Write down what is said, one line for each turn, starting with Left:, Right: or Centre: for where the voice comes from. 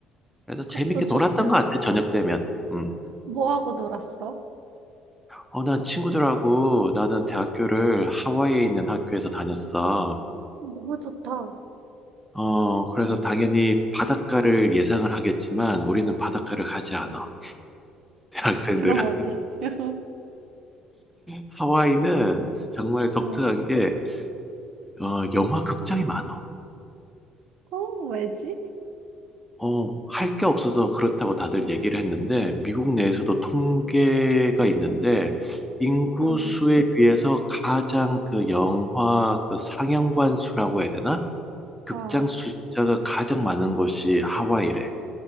Centre: 그래서 재밌게
Right: 그것도 좋다.
Centre: 놀았던 것 같아, 저녁 되면. 음.
Right: 뭐 하고 놀았어?
Centre: 어, 나 친구들하고 나는 대학교를 하와이에 있는 학교에서 다녔어.
Right: 음, 너무 좋다.
Centre: 어, 그래서 당연히 바닷가를 예상을 하겠지만 우리는 바닷가를 가지 않아. <laughs> 대학생들은.
Right: 그럼 어디? <laughs>
Centre: 하와이는 정말 독특한
Right: 어.
Centre: 게, 어, 영화 극장이 많아.
Right: 어, 왜지?
Centre: 어, 할 게 없어서 그렇다고 다들 얘기를 했는데, 미국 내에서도 통계가 있는데, 인구
Right: 응
Centre: 수에 비해서 가장 그 영화 그 상영관 수라고 해야 되나? 극장
Right: 아,
Centre: 숫자가 가장 많은 곳이 하와이래.